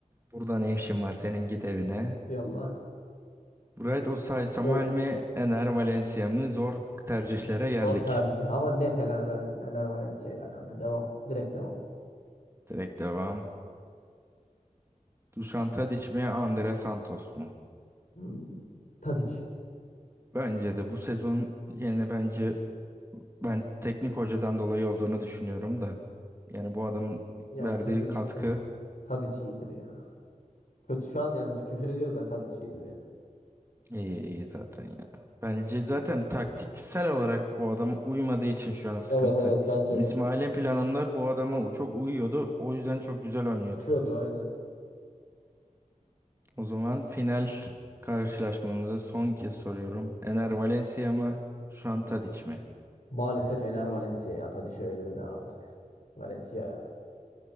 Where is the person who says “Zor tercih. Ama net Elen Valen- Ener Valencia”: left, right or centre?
Left